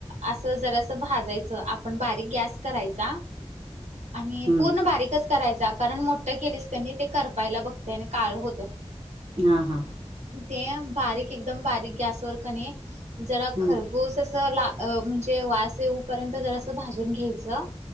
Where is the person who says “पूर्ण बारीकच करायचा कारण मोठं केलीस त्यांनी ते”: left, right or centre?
Right